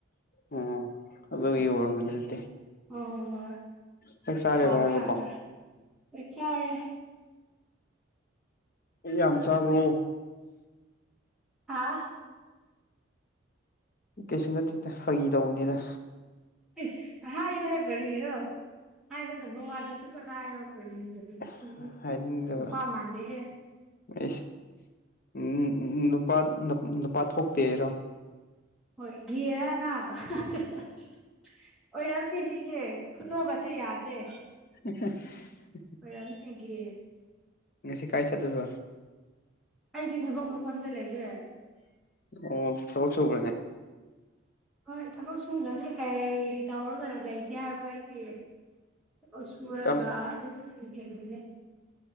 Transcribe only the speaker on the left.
ꯑꯣ ꯑꯗꯨꯒꯤ ꯑꯣꯏꯔꯝꯃꯅꯤ ꯑꯗꯨꯗꯤ꯫
ꯆꯥꯛ ꯆꯥꯔꯦꯕ
ꯍꯥꯏꯕ
ꯀꯣ꯫
<unintelligible> ꯌꯥꯝ ꯆꯥꯕ꯭ꯔꯣ꯫
ꯀꯩꯁꯨ ꯅꯠꯇꯦꯗ ꯐꯥꯒꯤ ꯇꯧꯕꯅꯤꯗ꯫
<unintelligible>
ꯍꯥꯏꯅꯤꯡꯗꯕ꯫
ꯑꯦꯁ <unintelligible> ꯅꯨꯄꯥ ꯅꯨꯄꯥ ꯊꯣꯛꯇꯦꯔꯣ꯫
<unintelligible>
ꯉꯁꯤ ꯀꯥꯏ ꯆꯠꯇꯨꯏꯕ꯫
ꯑꯣ ꯊꯕꯛ ꯁꯨꯕ꯭ꯔꯅꯦ꯫
ꯀꯔꯝ